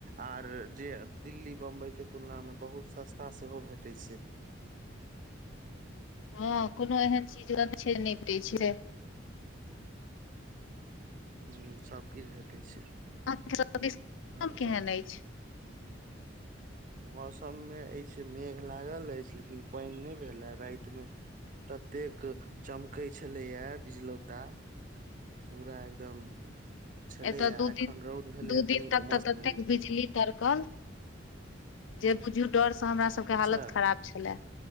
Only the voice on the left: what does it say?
हँ कोनो एहन चीज छै निप दै छी से। <inaudible>
अहाँ तरफ के
<inaudible> केहेन
ऐछ।
एतय दू दिन
दू दिन
तक
तऽ ततेक
बिजली
कड़कल जे बुझू डर स सँ हमरा सबके
हालत खराब छलए